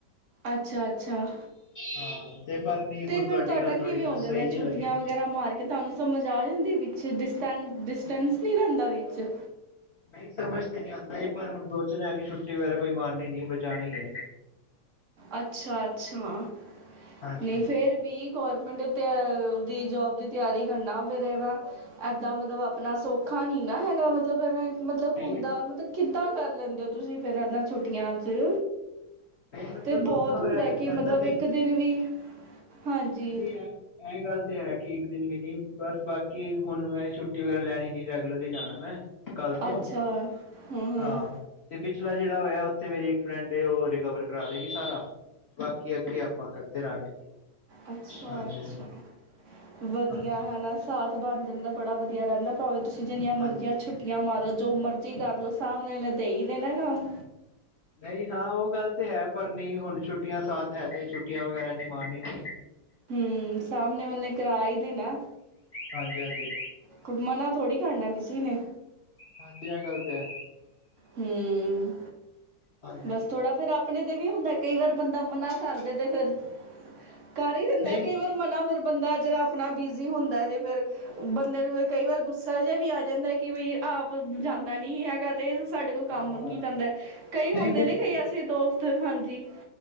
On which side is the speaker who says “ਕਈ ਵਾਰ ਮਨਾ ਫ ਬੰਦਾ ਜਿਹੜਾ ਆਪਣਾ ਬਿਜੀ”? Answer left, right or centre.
Right